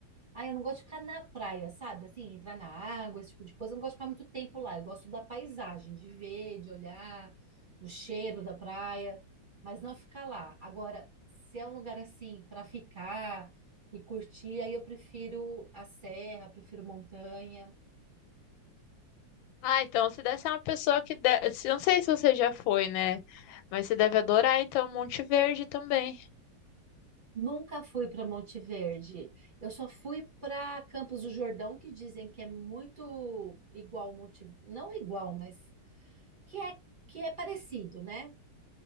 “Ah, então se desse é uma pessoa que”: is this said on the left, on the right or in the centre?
Left